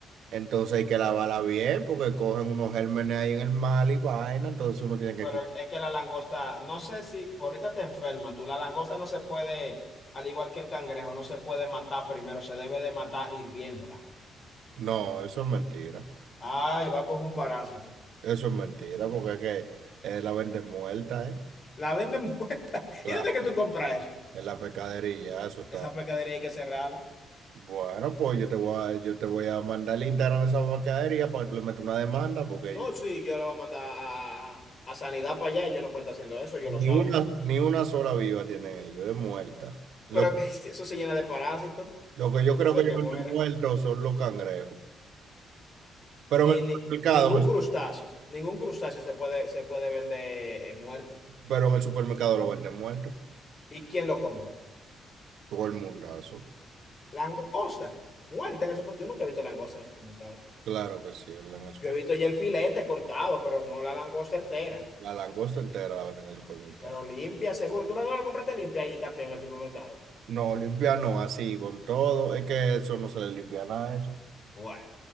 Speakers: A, on the right; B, on the left.
A: Entonces hay que lavarla bien porque cogen unos gérmenes ahí en el mar y vaina. Entonces uno tiene que...
B: Pero
A: cu-
B: es que la langosta, no sé si por ahorita te enferma, tú, la langosta no se puede, al igual que el cangrejo, no se puede matar primero, se debe de matar hirviéndola.
A: No, eso es mentira.
B: Ay, va a coger un parásito.
A: Eso es mentira porque es que eh, la venden muerta, ¿eh?
B: La venden <laughs> muerta.
A: Claro,
B: ¿Y dónde es que tú compras eso?
A: en la pescadería, eso está.
B: Esa pescadería hay que cerrarla.
A: Bueno, pues yo te voy a, yo te voy a mandar el Instagram de esa pescadería para que tú le metas una demanda porque
B: No, sí, yo la voy a mandar a, a- a sanidad para allá, ellos no pueden estar haciendo eso, ellos lo saben.
A: Ni una, ni una sola viva tienen ellos, es muerta. Lo,
B: Pero que <laughs> eso se llena de parásitos
A: lo que yo creo
B: desde
A: que ellos
B: que
A: venden
B: muere.
A: muertos son los cangrejos. Pero
B: Ni,
A: en el supermercado,
B: ni, ningún
A: en el
B: crustáceo, ningún crustáceo se puede, se puede vender eh, muerto.
A: pero en el supermercado lo venden muerto.
B: ¿Y quién lo compra?
A: Todo el mundazo.
B: Langosta, muerta en el supermercado. Yo nunca he visto langosta en el supermercado.
A: Claro que sí, en el super-
B: Yo he visto ya el filete cortado, pero no la langosta entera.
A: la langosta entera la venden en el supermercado.
B: Pero limpia, seguro. Tú la no la compraste limpia ahí también en el supermercado.
A: No, limpia no, así con todo. Es que eso no se le limpia nada a eso.
B: Bueno,